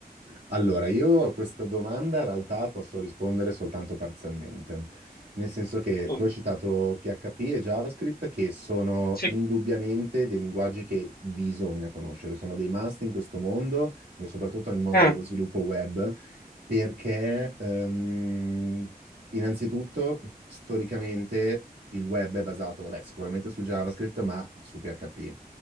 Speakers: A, on the right (about 85°); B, on the left (about 70°).
A: Allora, io a questa domanda in realtà posso rispondere soltanto parzialmente, nel senso che
B: Mm,
A: tu hai citato PHP e JavaScript che sono
B: Sì.
A: indubbiamente dei linguaggi che bisogna conoscere, sono dei must in questo mondo e soprattutto nel mondo
B: Mm.
A: dello sviluppo web, perché ehm, Innanzitutto, storicamente il web è basato, vabbè, sicuramente su JavaScript, ma su PHP.